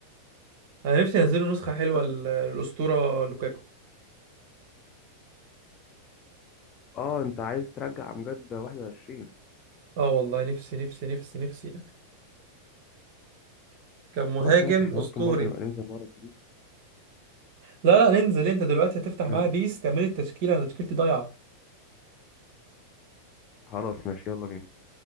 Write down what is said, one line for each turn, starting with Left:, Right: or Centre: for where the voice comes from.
Right: انا نفسي ينزلوا نسخه حلوه
Left: بس
Right: ل- للاسطوره لوكاكو
Left: اه انت عايز ترجع امجد 21
Right: اه والله نفسي نفسي نفسي نفسي يعني كان مهاجم
Left: خلاص ماشي احنا
Right: اسطوري
Left: ممكن برضه نبقى ننزل مره
Right: لا لا ننزل انت دلوقتي هتفتح معايا
Left: هن-
Right: بيس تعمل التشكيله انا تشكيلتي ضايعه
Left: خلاص ماشي يلا بينا